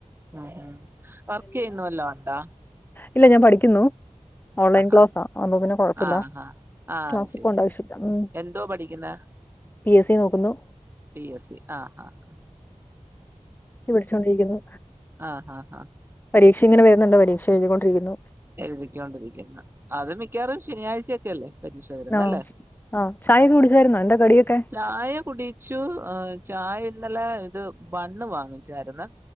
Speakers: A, on the right; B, on the left.
A: ഉം ഉം വർക്ക് ചെയ്യുന്നു വല്ലോ ണ്ടാ
B: ഇല്ല ഞാൻ പഠിക്കുന്നു ഓൺലൈൻ ക്ലാസ്സാ
A: ആ
B: ആവുമ്പോ പിന്നെ കൊഴപ്പല്ല
A: ആഹ് ആഹ് ആഹ്
B: ക്ലാസിൽ
A: ശരി
B: പോണ്ട ആവശ്യല്ല ഉം
A: എന്തോ പഠിക്കുന്നെ
B: പി എസ് സി നോക്കുന്നു
A: പി എസ് സി ആ ആ ആ
B: എ സി പടിച്ചോണ്ടിരിക്കുന്നു
A: ആഹ് ആഹ് ആഹ്
B: പരീക്ഷ ഇങ്ങനെ വരുന്നുണ്ട് പരീക്ഷ എഴുതി കൊണ്ടിരിക്കുന്നു
A: എഴുതിക്കൊണ്ടിരിക്കുന്ന അത് മിക്കാറും ശനിയാഴ്ച ഒക്കെല്ലേ പരീക്ഷ വരുന്നെ
B: ആഹ്
A: അല്ലേ
B: ആഹ് ചായയൊക്കെ കുടിച്ചായിരുന്നോ എന്താ കടിയൊക്കെ
A: ചായ കുടിച്ചു ചായ ഇന്നലെ ഇത് ബണ്ണ് വാങ്ങിച്ചാര്ന്ന്